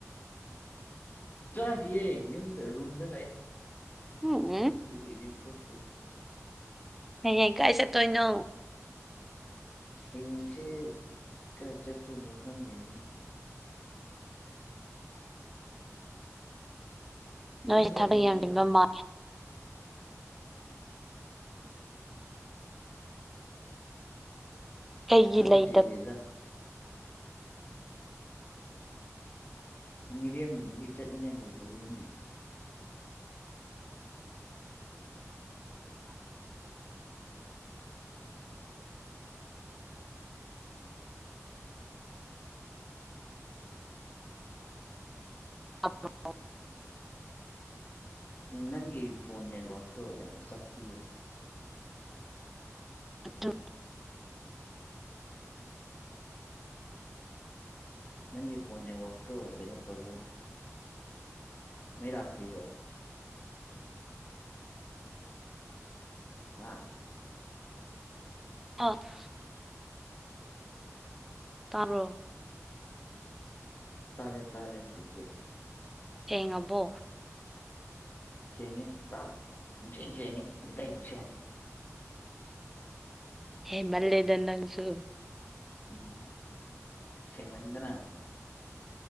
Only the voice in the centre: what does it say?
ꯎꯝ
ꯍꯦ ꯀꯥꯏ ꯆꯠꯇꯣꯏꯅꯣ
ꯅꯣꯏꯁꯦ ꯊꯕꯛ
ꯌꯦꯡꯕꯤꯟꯕ ꯃꯥ ꯀꯩꯒꯤ
ꯂꯩꯇꯕ
ꯑꯥ
ꯑꯗꯨ
ꯑꯣꯐ ꯇꯔꯣ
ꯁꯤꯦꯡꯉꯕꯣ
ꯍꯦ ꯃꯜꯦꯗꯟ ꯅꯪꯁꯨ